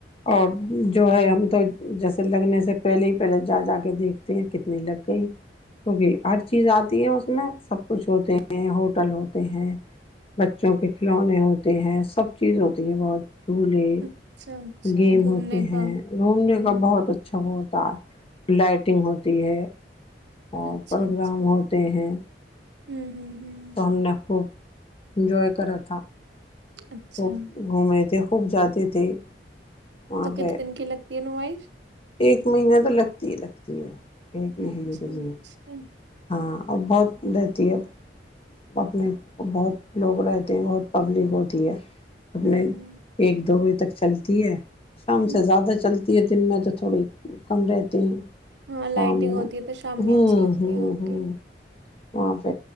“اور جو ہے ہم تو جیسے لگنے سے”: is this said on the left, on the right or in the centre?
Left